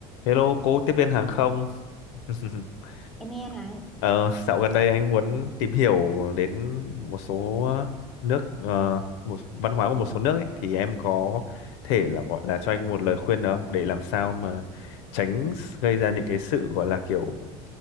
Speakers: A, on the left; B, in the centre.
A: Hello cô tiếp viên hàng không. <laughs>
B: em nghe này
A: Ờ, dạo gần đây anh muốn tìm hiểu đến một số nước ờ, một văn hóa của một số nước ấy thì em có thể là gọi là cho anh một lời khuyên được không để làm sao mà tránh gây ra những cái sự gọi là kiểu